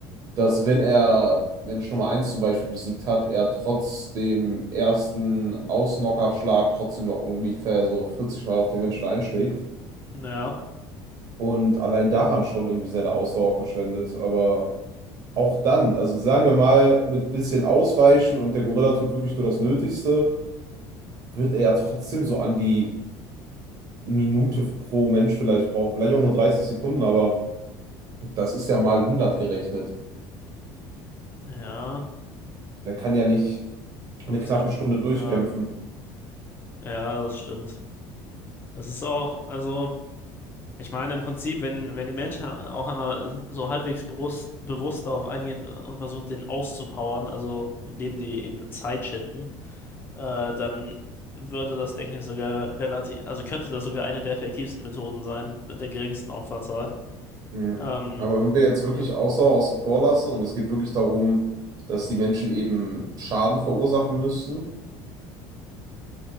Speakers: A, on the right; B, on the left.
A: dass wenn er Mensch Nummer eins zum Beispiel besiegt hat, er trotz dem ersten Ausknockerschlag trotzdem noch ungefähr so 40 Mal auf den Menschen einschlägt
B: ja,
A: und allein daran schon irgendwie seine Ausdauer verschwendet. Aber auch dann, also sagen wir mal, mit bisschen Ausweichen und der Gorilla tut wirklich nur das Nötigste, wird er ja trotzdem so an die Minute pro Mensch vielleicht brauchen. Vielleicht auch nur 30 Sekunden, aber das ist ja mal hundert gerechnet.
B: ja,
A: Der kann ja nicht
B: 50
A: eine knappe
B: Minuten,
A: Stunde durchkämpfen.
B: ja, ja, das stimmt. Das ist auch, also, ich meine, im Prinzip, wenn, wenn die Menschen auch einmal so halbwegs bewusst, bewusst darauf eingehen und versuchen, den auszupowern, also indem sie eben Zeit schinden, äh, dann würde das, denke ich, sogar relativ, also könnte das sogar eine der effektivsten Methoden sein, mit der geringsten Opferzahl.
A: Ja.
B: Ähm,
A: Aber wenn wir jetzt wirklich
B: Ja.
A: Ausdauer außen vor lassen und es geht wirklich darum, dass die Menschen eben Schaden verursachen müssten,